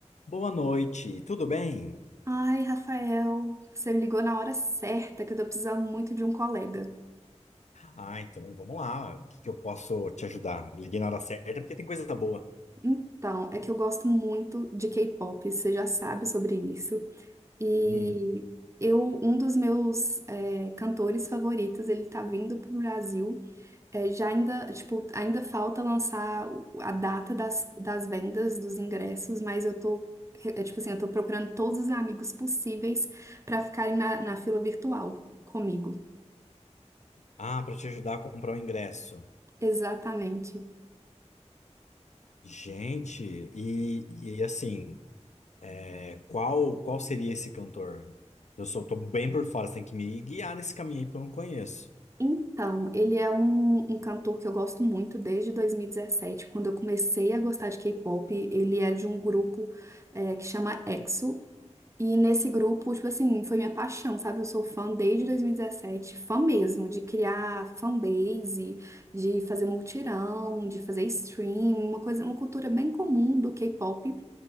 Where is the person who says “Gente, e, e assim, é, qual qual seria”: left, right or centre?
Left